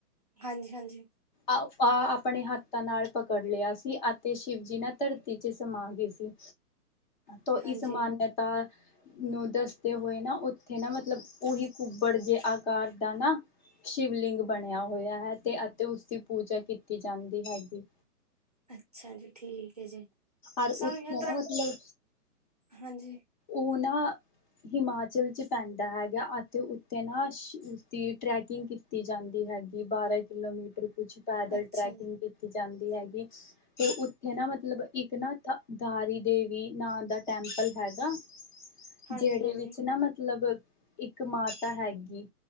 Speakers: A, on the right; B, on the left.
A: ਹਾਂਜੀ ਹਾਂਜੀ।
B: ਅ ਆਹ ਆਪਣੇ ਹੱਥਾਂ ਨਾਲ ਪਕੜ ਲਿਆ ਸੀ ਅਤੇ ਸ਼ਿਵ ਜੀ ਨਾ ਧਰਤੀ ਚ ਸਮਾ ਗੇਸੀ। ਤੋਂ
A: ਹਾਂਜੀ
B: ਇਸ ਮਾਨੇਏਤਾ ਨੂੰ ਦੱਸਦੇ ਹੋਏ ਨਾ ਉੱਥੇ ਨਾ ਮਤਲਬ ਉਹੀ ਕੁੱਬੜ ਜੇ ਆਕਾਰ ਦਾ ਨਾ ਸ਼ਿਵਲਿੰਗ ਬਣਿਆ ਹੋਇਆ ਹੈ ਤੇ ਅਤੇ ਉਸਦੀ ਪੂਜਾ ਕੀਤੀ ਜਾਂਦੀ ਹੈਗੀ।
A: ਅੱਛਾ ਜੀ ਠੀਕ ਹੈ ਜੀ
B: ਔਰ
A: ਸਾਨੂੰ
B: ਉੱਥੇ
A: ਯਾਤਰਾ
B: ਨਾ ਮਤਲਬ
A: ਹਾਂਜੀ।
B: ਉਹ ਨਾ ਹਿਮਾਚਲ 'ਚ ਪੈਂਦਾ ਹੈਗਾ ਅਤੇ ਉੱਤੇ ਨਾ ਸ਼ ਉਸਦੀ ਟਰੈਕਿੰਗ ਕੀਤ ਕੀਤੀ ਜਾਂਦੀ ਹੈਗੀ ਬਾਰਾਂ ਕਿਲੋਮੀਟਰ ਕੁਛ ਪੈਦਲ
A: ਅੱਛਾ
B: ਟਰੈਕਿੰਗ
A: ਜੀ।
B: ਕੀਤੀ ਜਾਂਦੀ ਹੈਗੀ ਤੇ ਉੱਥੇ ਨਾ ਮਤਲਬ ਇੱਕ ਨਾ ਧ ਧਾਰੀ ਦੇਵੀ ਨਾਂ ਦਾ ਟੈਂਪਲ ਹੈਗਾ।
A: ਹਾਂਜੀ-ਹਾਂਜੀ,
B: ਜੇਹੜੇ ਵਿੱਚ ਨਾ ਮਤਲਬ ਇੱਕ ਮਾਤਾ ਹੈਗੀ।